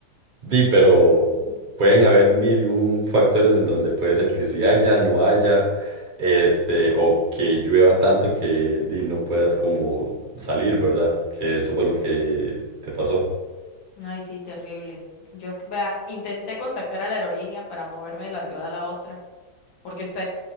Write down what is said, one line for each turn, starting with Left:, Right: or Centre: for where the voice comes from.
Right: di, pero pueden haber mil y un factores en donde puede ser que sí haya, no haya, este, o que llueva tanto que di, no puedas como salir, ¿verdad? Que eso fue lo que te pasó.
Left: Ay, sí, terrible. Yo, vea, intenté contactar a la aerolínea para moverme de la ciudad a la otra porque está,